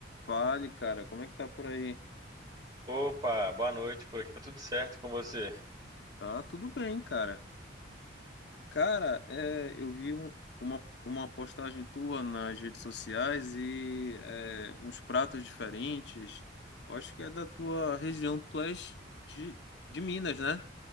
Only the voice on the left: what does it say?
Fale, cara, como é que tá por aí?
Tá tudo bem, cara. Cara, é, eu vi um- uma, uma postagem tua nas redes sociais e é, uns pratos diferentes. Eu acho que é da tua região, tu és de, de Minas, né?